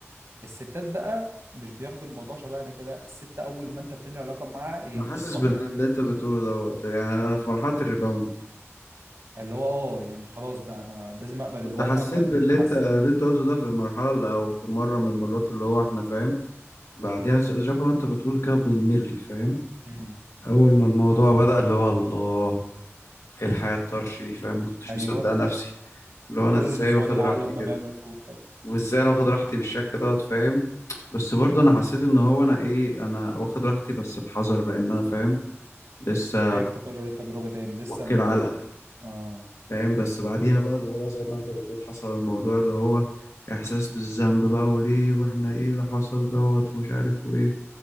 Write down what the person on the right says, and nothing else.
الستات بقى مش بياخدوا الموضوع شبهنا كده الست اول ما انت بتنهي علاقه معاها هي
بتتدمر
اللي هو اه يعني خلاص بقى انا لازم اقبل
الواقع
دلوقتي
واتحسن
امم
ايوه
وكل
نسوان
العالم
امامك وبتاع
خايف تكرر التجربة تاني لسه
لما
ال... اه